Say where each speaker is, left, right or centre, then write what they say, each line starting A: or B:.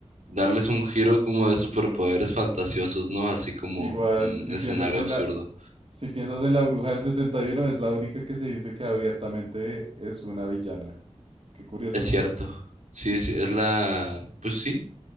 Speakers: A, on the right; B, on the right.
A: darles un giro como de superpoderes fantasiosos, ¿no? Así como
B: Igual,
A: un
B: si
A: escenario
B: piensas en
A: absurdo.
B: la, si piensas en la bruja del 71 es la única que se dice que abiertamente es una villana. Qué curioso,
A: Es cierto.
B: ¿no?
A: Sí, sí, es la, pues sí,